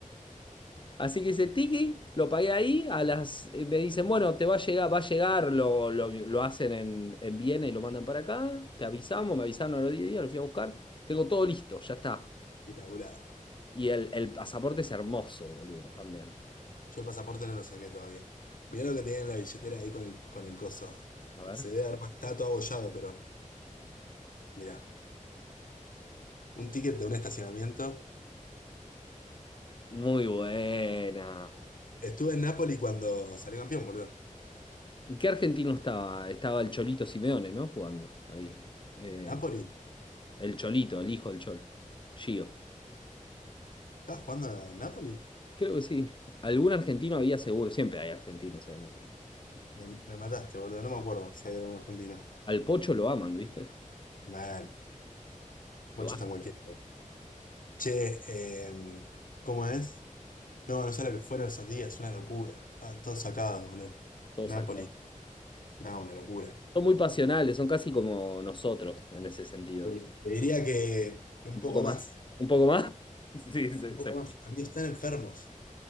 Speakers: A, on the left (about 35°); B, on the left (about 80°).
A: Así que ese tiki lo pagué ahí. A las, eh, me dicen, bueno, te va a llegar, va a llegar, lo, lo- lo hacen en, en Viena y lo mandan para acá. Te avisamos, me avisaron a los 10 días, lo fui a buscar. Tengo todo listo, ya está.
B: espectacular.
A: Y el, el pasaporte es hermoso, boludo, también.
B: Yo el pasaporte no lo saqué todavía. Mirá lo que tenía en la billetera ahí con el, con el coso.
A: A ver.
B: Se debe haber, está todo abollado, pero mirá. Un ticket de un estacionamiento.
A: Muy buena.
B: Estuve en Napoli cuando salió campeón, boludo.
A: ¿Y qué argentino estaba? Estaba el Cholito Simeone, ¿no? Jugando ahí. Eh,
B: ¿En Napoli?
A: el Cholito, el hijo del Cholo. Gio.
B: ¿Estabas jugando en Napoli?
A: Creo que sí. Algún argentino había seguro. Siempre hay argentinos en Napoli.
B: Me, me mataste, boludo. No me acuerdo si hay algún argentino.
A: Al Pocho lo aman, ¿viste?
B: Nah,
A: Lo
B: bocho
A: aman.
B: está en cualquiera. Che, eh, ¿cómo es? No, no sé lo que fueron esos días, una locura. Estaban todos sacados, boludo.
A: Todos
B: Napoli,
A: acá.
B: no, una locura.
A: Son muy pasionales, son casi como nosotros en ese sentido.
B: Sí. Te diría que, que un
A: Un
B: poco
A: poco más.
B: más,
A: Un poco más. <laughs> Sí, se,
B: un poco
A: se puede.
B: más. Amigos, están enfermos.